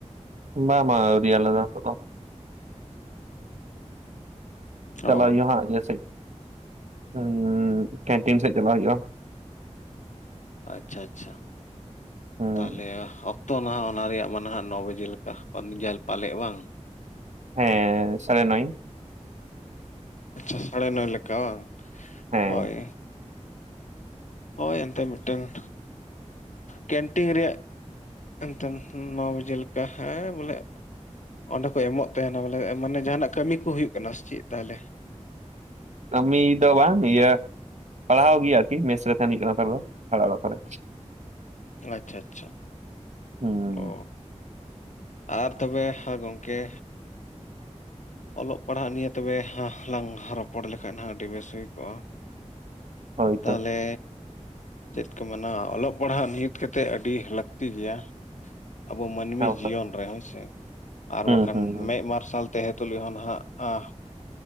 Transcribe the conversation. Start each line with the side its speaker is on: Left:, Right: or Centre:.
Right: ᱵᱟᱝ ᱵᱟᱝ ᱟᱹᱣᱨᱤ ᱟᱞᱮ ᱫᱚ ᱱᱤᱛᱚᱜ ᱫᱚ ᱪᱟᱞᱟᱜ
Left: ᱚ
Right: ᱦᱩᱭᱩᱜᱼᱟ ᱦᱟᱸᱜ ᱤᱭᱟᱹ ᱥᱮᱫ ᱩᱸᱻ ᱠᱮᱱᱴᱤᱱ ᱥᱮᱫ ᱪᱟᱞᱟᱜ ᱦᱩᱭᱩᱜᱼᱟ
Left: ᱟᱪᱪᱷᱟ ᱟᱪᱪᱷᱟ
Right: ᱦᱩᱸ,
Left: ᱛᱟᱦᱞᱮ ᱚᱠᱛᱚ ᱢᱟᱦᱟᱜ ᱚᱱᱟ ᱨᱮᱭᱟᱜ ᱢᱟ ᱱᱟᱦᱟᱜ ᱱᱚ ᱵᱟᱡᱮ ᱞᱮᱠᱟ <unintelligible> ᱯᱟᱞᱮᱜ ᱵᱟᱝ
Right: ᱦᱮᱸ ᱥᱟᱲᱮ ᱱᱚᱭ
Left: ᱟᱪᱪᱷᱟ ᱥᱟᱲᱮ ᱱᱚᱭ ᱞᱮᱠᱟ ᱵᱟᱝ
Right: ᱦᱮᱸ
Left: ᱦᱳᱭ ᱦᱳᱭ ᱮᱱᱛᱮ ᱢᱤᱫᱴᱮᱱ ᱠᱮᱱᱴᱤᱱ ᱨᱮᱭᱟᱜ ᱮᱱᱛᱮᱱ ᱱᱚ ᱵᱟᱡᱮ ᱞᱮᱠᱟ ᱦᱮᱸ ᱵᱚᱞᱮ ᱚᱸᱰᱮ ᱠᱚ ᱮᱢᱚᱜ ᱛᱟᱦᱮᱱᱟ ᱵᱚᱞᱮ ᱢᱟᱱᱮ ᱡᱟᱦᱟᱱᱟᱜ ᱠᱟᱹᱢᱤ ᱠᱚ ᱦᱩᱭᱩᱜ ᱠᱟᱱᱟ ᱥᱮ ᱪᱮᱫ ᱛᱟᱦᱚᱞᱮ?
Right: ᱠᱟᱹᱢᱤ ᱫᱚ ᱵᱟᱝ ᱤᱭᱟᱹ ᱯᱟᱲᱦᱟᱣ ᱜᱤ ᱟᱨᱠᱤ ᱢᱮᱥ ᱨᱮ ᱛᱟᱦᱮᱱ ᱦᱩᱭᱩᱜ ᱠᱟᱱᱟ ᱛᱟᱦᱞᱮ ᱫᱚ ᱦᱚᱲᱟᱜ ᱚᱲᱟᱜ ᱠᱚᱨᱮ
Left: ᱟᱪᱪᱷᱟ ᱟᱪᱪᱷᱟ
Right: ᱦᱩᱸ
Left: ᱚ ᱟᱨ ᱛᱚᱵᱮ ᱦᱮᱸ ᱜᱚᱝᱠᱮ ᱚᱞᱚᱜ ᱯᱟᱲᱦᱟᱜ ᱱᱤᱭᱮ ᱛᱚᱵᱮ ᱞᱟᱝ ᱨᱚᱯᱚᱲ ᱞᱮᱠᱟᱡ ᱱᱟᱦᱟᱜ ᱟᱹᱰᱤ ᱵᱮᱥ ᱦᱩᱭ ᱠᱚᱜᱼᱟ
Right: ᱦᱳᱭᱛᱚ
Left: ᱛᱟᱦᱚᱞᱮ ᱪᱮᱫ ᱠᱚ ᱢᱮᱱᱟ ᱚᱞᱚᱜ ᱯᱟᱲᱦᱟᱜ ᱱᱤᱭᱩᱛ ᱠᱟᱛᱮᱜ ᱟᱹᱰᱤ ᱞᱟᱹᱠᱛᱤ ᱜᱮᱭᱟ ᱟᱵᱚ ᱢᱟᱹᱱᱢᱤ
Right: ᱦᱮᱸ,
Left: ᱡᱤᱭᱚᱱ ᱨᱮ ᱦᱳᱭᱥᱮ ᱟᱨ
Right: ᱦᱩᱸ
Left: ᱵᱟᱠᱷᱟᱱ
Right: ᱦᱩᱸ ᱦᱩᱸ,
Left: ᱢᱮᱜ ᱢᱟᱨᱥᱟᱞ ᱛᱮᱦᱮ ᱛᱩᱞᱩᱡ ᱦᱚᱸ ᱱᱟᱦᱟᱜ ᱟᱸ